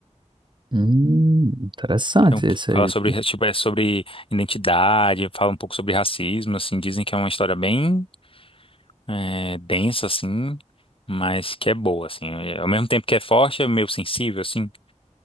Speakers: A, on the right (about 40°); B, on the left (about 45°).
A: Hum, interessante
B: Então,
A: esse
B: fala
A: aí.
B: sobre, tipo, é sobre identidade, fala um pouco sobre racismo, assim, dizem que é uma história bem é, densa, assim, mas que é boa, assim. É, Ao mesmo tempo que é forte, é meio sensível, assim.